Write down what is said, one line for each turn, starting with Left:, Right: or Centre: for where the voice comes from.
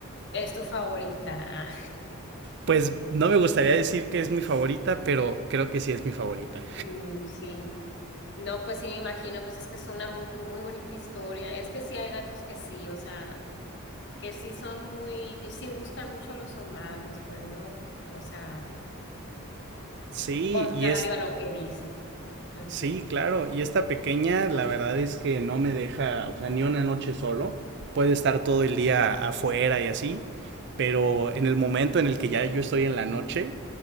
Left: es tu favorita. Ah.
Right: Pues no me gustaría decir que es mi favorita, pero creo que sí es mi favorita.
Left: Mm, sí, no, pues sí, me imagino, pues es que es una muy, muy bonita historia. Es que sí hay gatos que sí, o sea, que sí son muy, sí buscan mucho a los humanos, pues, ¿no? O sea,
Right: Sí,
Left: contrario
Right: y es,
Left: a lo que dicen. Ujú,
Right: sí, claro, y esta pequeña, la verdad es que no me deja, o sea, ni una noche solo. Puede estar todo el día afuera y así, pero en el momento en el que ya yo estoy en la noche,